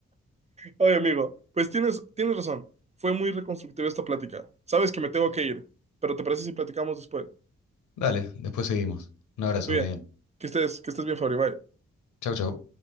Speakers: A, on the right; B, on the left.
A: oye, amigo, pues tienes, tienes razón. Fue muy reconstructiva esta plática. Sabes que me tengo que ir, pero ¿te parece si platicamos después?
B: Dale, después seguimos. Un abrazo,
A: Muy
B: Brian.
A: bien. Que estés, que estés bien, Fabri. Bye.
B: Chau, chau.